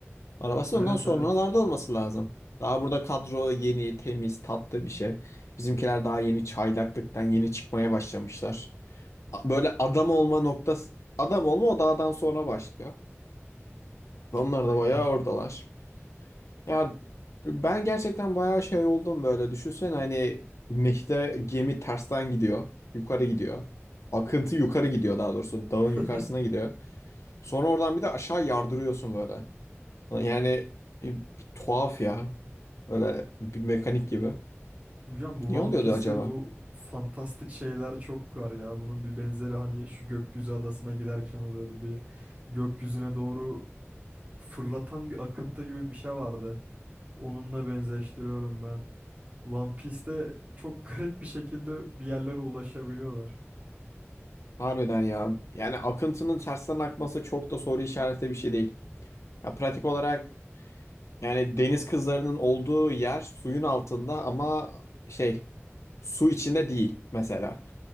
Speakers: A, on the left; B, on the right.
A: Arabasta
B: Evet
A: ondan sonralarda
B: evet.
A: olması lazım. Daha burada kadro yeni, temiz, tatlı bir şey. Bizimkiler daha yeni çaylaklıktan yeni çıkmaya başlamışlar. A- Böyle adam olma noktası, adam olma o dağdan sonra başlıyor. Onlar
B: Aynen.
A: da bayağı oradalar. Ya ben gerçekten bayağı şey oldum böyle. Düşünsene hani Meh'te gemi tersten gidiyor. Yukarı gidiyor. Akıntı yukarı gidiyor daha doğrusu. Dağın
B: <laughs>
A: yukarısına gidiyor. Sonra oradan bir de aşağı yardırıyorsun böyle. Yani e, bir tuhaf ya. Böyle bir mekanik gibi.
B: Hocam bu
A: Niye
B: One
A: oluyordu
B: Piece'te
A: acaba?
B: bu fantastik şeyler çok var ya. Bunun bir benzeri hani şu gökyüzü adasına giderken oluyordu. Bir gökyüzüne doğru fırlatan bir akıntı gibi bir şey vardı. Onunla benzeştiriyorum ben. One Piece'te çok <laughs> garip bir şekilde bir yerlere ulaşabiliyorlar.
A: Harbiden ya. Yani akıntının tersten akması çok da soru işareti bir şey değil. Ya pratik olarak yani deniz kızlarının olduğu yer suyun altında ama şey su içinde değil mesela.